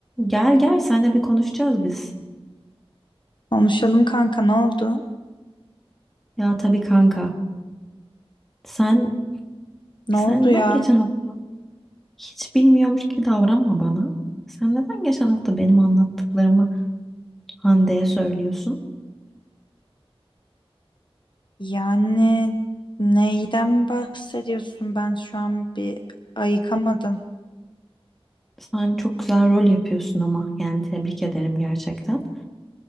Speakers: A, in the centre; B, on the left.
A: Gel gel seninle bir konuşacağız biz.
B: Konuşalım kanka ne oldu?
A: Ya tabii kanka. Sen
B: Ne
A: sen
B: oldu ya?
A: neden geçen hafta hiç bilmiyormuş gibi davranma bana. Sen neden geçen hafta benim anlattıklarımı Hande'ye söylüyorsun?
B: Yani neyden bahsediyorsun? Ben şu an bir ayıkamadım.
A: Sen çok güzel rol yapıyorsun ama yani tebrik ederim gerçekten.